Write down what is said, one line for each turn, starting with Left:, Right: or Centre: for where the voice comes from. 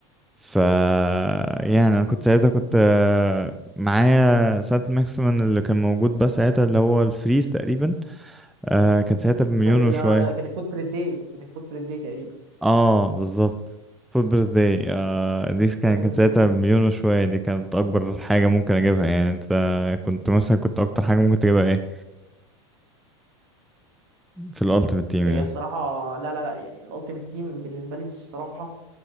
Centre: ف يعني انا كنت ساعتها كنت آه، معايا ساعة ماكسيمم اللي كان موجود بس ساعتها اللي هو الفريز تقريبا آه كان ساعتها بمليون
Right: كان
Centre: وشوية
Right: لا لا كان الفوت بريد داي كان الفوت بريد داي تقريبا
Centre: اه بالظبط فود بيرث داي آه دي كان
Right: امم.
Centre: كان ساعتها بمليون وشوية دي كانت أكبر حاجة ممكن أجيبها يعني أنت كنت مثلا كنت أكتر حاجة ممكن تجيبها إيه في الألتيمت تيم
Right: هي
Centre: يعني
Right: الصراحه لا لا لا يعني الالتيمت تيم بالنسبه لي الصراحه